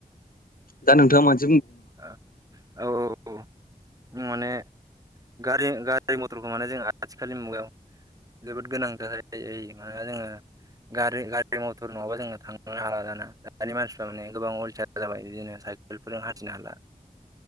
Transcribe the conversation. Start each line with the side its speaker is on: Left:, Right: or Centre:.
Left: दा नोंथाङा मान
Right: औ औ अम माने गारि-गारि मथरखौ माने जों आथिखालनि मुगायाव जोबोद गोनां जायो मानोना जोंङो गारि-गारि मथर नङाबा जों थांनो हालादा ना दानि मानसिफ्रा माने गोबां अलसिया जाबाय बिदिनोेसा फोरों हान्थिनो हाला